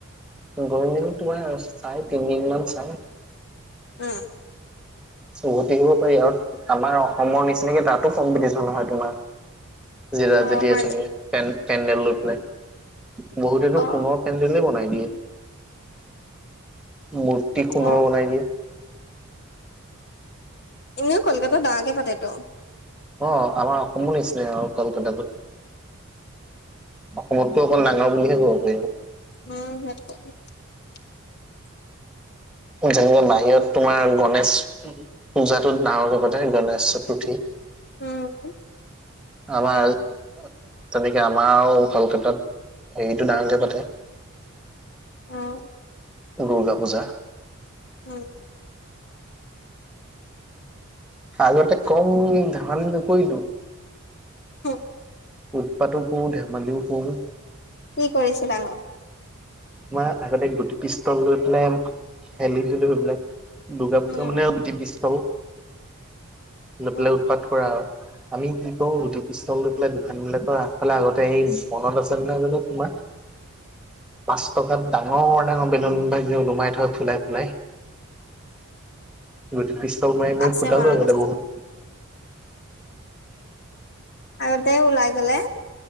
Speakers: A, in the centre; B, on the left.
A: গৈ দিনত তোমাৰ চাই তিনদিনমান চাই
B: উম।
A: উভতি আহিব পাৰি আৰু আমাৰ অসমৰ নিচিনাকে তাতো কম্পিটিশ্যন হয় তোমাৰ। জিৰা
B: অ
A: যেতিয়ে
B: হয়
A: থাকে
B: নি
A: পেন পেনডেল লৈ পেলাই। বহুতেতো
B: অ
A: সোণৰ পেন্দেলে বনাই দিয়ে। মূৰ্তি সোণৰ
B: অ
A: বনাই দিয়ে।
B: এনেও কলকাতাত ডাঙৰকে পাতেটো।
A: অঁ আমাৰ অসমৰ নিচিনাই আৰু কলকাতাটো। অসমতকৈ অকমান ডাঙৰ বুলিহে ক'ব পাৰি আৰু।
B: উম সে <inaudible>
A: যেনেকে বাহিৰত তোমাৰ গণেশ পূজাটোত ডাঙৰকে পাতে গণেশ চতুৰ্থী।
B: উম।
A: আমাৰ তেনেকে আমাৰ কলকাতাত হেৰিটো ডাঙৰকে পাতে।
B: উম।
A: দুৰ্গা পূজা।
B: উম।
A: আগতে কম ধেমালি নকৰিলো।
B: হু
A: উৎপাতো কৰো, ধেমালিও কৰো।
B: কি কৰিছিলা নু?
A: তোমাৰ আগতে গুটি পিষ্টল লৈ পেলাই খেলিছিলো পেলাই। দুৰ্গা
B: উম
A: পূজা মানে গুটি পিছল লৈ
B: অ
A: পেলাই উৎপাত কৰা আৰু। আমি কি কৰো গুটি পিষ্টল লৈ পেলাই দোকানবিলাকৰ আগফালে আগতে সেই মনত আছে নে নাই জানো তোমাৰ? পাঁচ টকাত ডাঙৰ ডাঙৰ বেলুন ভাই ওলোমাই থয় ফুলাই ফুলাই। গুটি পিষ্টল মাৰি মাৰি
B: আছে
A: ফুটালো
B: মনত
A: আগতে বহুত।
B: আগতে ওলাই গলে